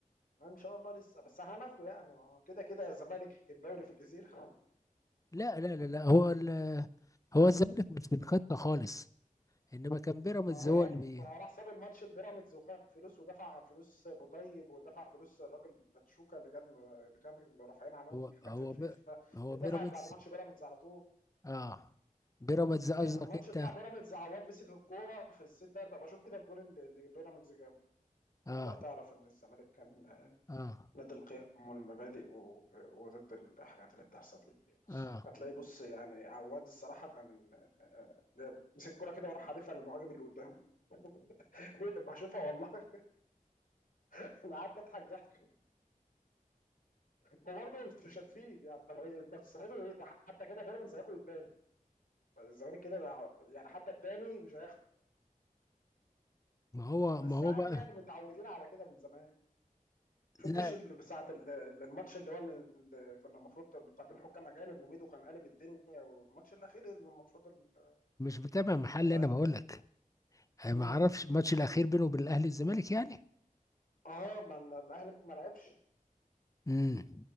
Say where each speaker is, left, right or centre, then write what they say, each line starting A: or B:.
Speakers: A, on the left; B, on the left.
A: ما ان شاء الله لسه بس هناخده يعني ما هو كده كده يا الزمالك الدوري في الجزيره
B: لا لا لا لا هو ال... هو الزمالك مش في الخطه خالص انما كان بيراميدز
A: ما هو
B: هو اللي
A: د-
B: بي...
A: ما هو راح ساب الماتش البيراميدز وخد فلوس ودفع فلوس بوطيب ودفع فلوس الراجل باتشوكا اللي كان اللي كان اللي رافعين عليهم
B: هو
A: حاجات
B: هو
A: في الفيفا
B: ب... هو
A: اتدفعت
B: بيراميدز
A: بعد ماتش بيراميدز على طول
B: اه بيراميدز قصدك
A: ده في الماتش
B: انت
A: بتاع بيراميدز عواد مسك الكوره في الست يارده بشوف كده الجون اللي اللي بيراميدز جابه
B: اه
A: وانت هتعرف ان الزمالك كان آه،
B: اه
A: نادي القيم والمبادئ و- وضد الحاجات اللي بتحصل دي
B: اه
A: هتلاقي بص يعني عواد الصراحه كان آه، جاب مسك الكوره كده وراح حادفها للمهاجم اللي قدامه <laughs> بشوفها والله <laughs> انا قعدت اضحك ضحك وبرضه مش هتفيد يعني طب إيه- انت بتستفيدوا ايه ده حتى كده بيراميدز هياخد التاني الزمالك كده ده- يعني حتى التاني مش هياخده
B: ما هو
A: بس
B: ما هو
A: عادي
B: بقى
A: يعني متعودين على كده من زمان شفتش
B: لا
A: اللي ساعة ال- ال- الماتش اللي هو اللي اللي كنا المفروض طالبين حكام أجانب وميدو كان قالب الدنيا والماتش الأخير اللي المفروض ال-
B: مش متابع محل
A: اللقاء
B: انا
A: ال-
B: بقول لك أنا
A: م-
B: ما اعرفش
A: م.
B: الماتش الاخير بينه وبين الاهلي الزمالك يعني
A: اه ما ال- الأهلي ما لعبش
B: امم